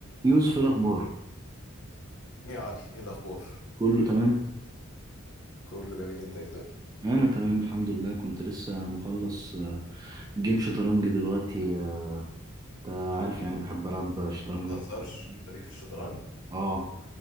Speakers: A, on the right (about 15°); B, on the left (about 55°).
A: يوسف إيه الأخبار
B: ايه يا علي ايه الاخبار
A: كله تمام
B: كله جميل انت إيه الدنيا
A: أنا تمام الحمد لله كنت لسه مخلص آه، جيم شطرنج دلوقتي آه، أنت عارف يعني بحب ألعب شطرنج
B: ما تهزرش
A: من وقت للتاني
B: انت ليك في الشطرنج
A: آه آه،